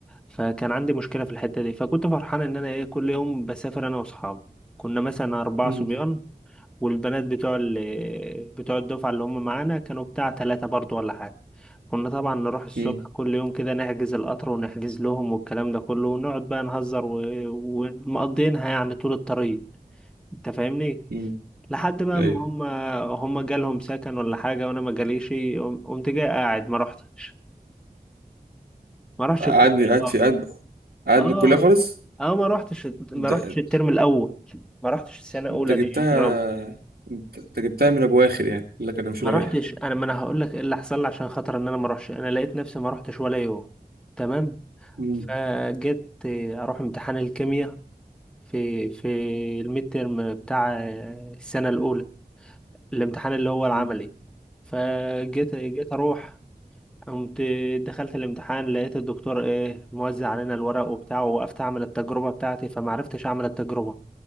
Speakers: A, in the centre; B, on the right.
A: فكان عندي مشكله في الحته دي فكنت فرحان ان انا ايه كل يوم بسافر انا واصحابي كنا مثلا اربعه
B: مم.
A: صبيان والبنات بتوع ال بتوع الدفعة اللي هم معانا كانوا بتاع تلاتة برضو ولا حاجة كنا طبعا نروح الصبح
B: مم.
A: كل يوم كده نحجز القطر ونحجز لهم والكلام ده كله ونقعد بقى نهزر و... ومقضينها يعني طول الطريق انت فاهمني
B: مم.
A: لحد بقى
B: أيوه
A: ما هم هم جالهم سكن ولا حاجة وانا ما جاليش قم- قمت جاي قاعد ما رحتش ما رحتش
B: قعدني
A: الكلية
B: قعد
A: اه
B: في قعد قعد
A: اه
B: من الكلية خالص
A: اه ما رحتش ما
B: ده-
A: رحتش الترم الاول ما رحتش السنة الاولى
B: أنت جبتها
A: دي يا رب
B: أنت أنت جبتها من أبو آخر يعني يقول لك أنا مش
A: ما
B: رايح
A: رحتش انا ما انا هقول لك ايه اللي حصل لي عشان خاطر ان انا ما اروحش انا لقيت نفسي ما رحتش ولا يوم تمام
B: مم.
A: فجيت اروح امتحان الكيمياء في في الميد تيرم بتاع السنه الاولى الامتحان اللي هو العملي
B: مم.
A: فجيت جيت اروح قمت دخلت الامتحان لقيت الدكتور ايه موزع علينا الورق وبتاعه ووقفت اعمل التجربه بتاعتي فما عرفتش اعمل التجربه